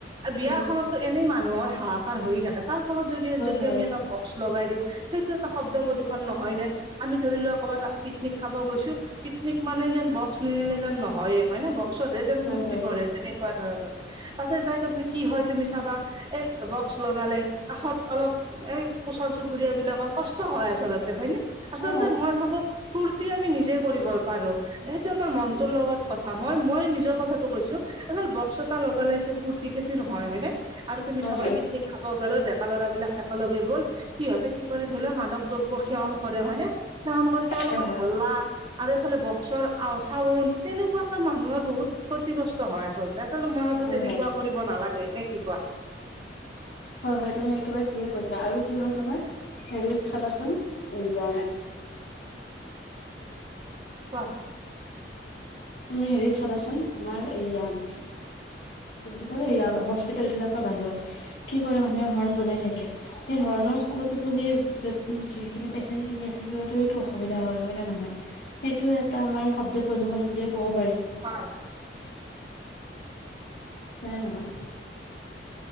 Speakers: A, on the right; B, on the left.
A: বিয়া
B: হয়
A: এখনতো এনেই মানুহৰ হাহাকাৰ হৈয়ে থাকে। তাৰ ফলত যদি
B: হয়
A: যদি
B: হয় হয়
A: আমি এটা বক্স লগাই দিওঁ। সেইটো এটা শব্দ প্ৰদূষণ নহয়নে? আমি ধৰি লোৱা ক'ৰবাত পিকনিক খাব গৈছো- পিকনিক মানে যেন বক্স নিনিলে যেন নহয়ে হয় ন। বক্সত- নিলে যেন
B: হয়
A: ফূৰ্তি
B: হয়
A: কৰে তেনেকুৱা ধৰণৰ। পাছত যাই তাৰপিনে কি হয় তুমি চাবা। এই বক্স লগালে কাষত অলপ এই ওচৰ চুবুৰীয়া বিলাকৰ কষ্ট- ত হয় আচলতে। হয় নে? আচলতে
B: অ
A: মই ভাবো- ফূুৰ্তি আমি নিজে কৰিব পাৰো সেইটো আমাৰ মনটোৰ লগত কথা। মই মই নিজৰ কথা- কৈছো। আচল বক্স এটা লগালে যে ফুৰ্তি সেইটো নহয়। হয় নে? আৰু তুমি
B: হয়
A: চাবা-
B: হয়
A: নিক খাব গলে ডেকা লৰাবলাক একেলগে গ'ল সিহঁতে কি কৰে থৰি লৈ মাদক দ- সেৱন কৰে। হয়নে? সেৱন কৰি তেওঁলোকৰ
B: হয় হয়
A: হাল্লা- আৰু এইফালে বক্সৰ আও চাউন তেনেকুৱাখন মানুহৰ বহুত ক্ষতিগ্ৰস্ত হয় আচলতে। আচলতে মই ভাবো
B: হয়
A: তেনেকুৱা
B: হয়
A: কৰিব নালাগে। নে কি কোৱা?
B: হয় হয় তুমি একেবাৰে ঠিকে কৈছা। আৰু কি হয় তোমাৰ- হেৰিত চাবাচোন এয়া-
A: কোৱা।
B: তুমি হেৰিত চাবাচোন তোমাৰ এইয়া উম- কি বুলি কয়? য়া হস্পিতেল বিলাকৰ বাহিৰত কি কৰে মানুহে হৰ্ণ বজাই থাকে। সেই হৰ্ণৰ ফলতোতো সেই যত যিখিনি পেচেণ্ট খিনি আছে সিহঁতৰোতো অসুবিধা হয়। হয়- নে নহয়? সেইটোয়ে এটা আমাৰ শব্দ প্ৰদূৰন বুলিয়ে ক'ব পাৰি।
A: হয়।
B: হয় নে নহয়?